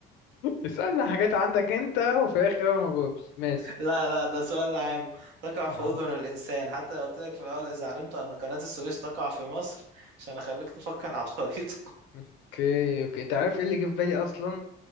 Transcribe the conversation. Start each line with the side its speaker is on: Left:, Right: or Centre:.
Left: اسألنا حاجات عندك انت وفي الاخر انا ما بجاوبش ماشي
Right: لا لا ده سؤال عام تقع
Left: اه
Right: في أذن الإنسان حتى لو قلت لك في الأول إذا علمت أن قناة السويس تقع في مصر عشان أخليك تفكر على الخريطة
Left: اوكي اوكي انت عارف ايه اللي جه في بالي اصلا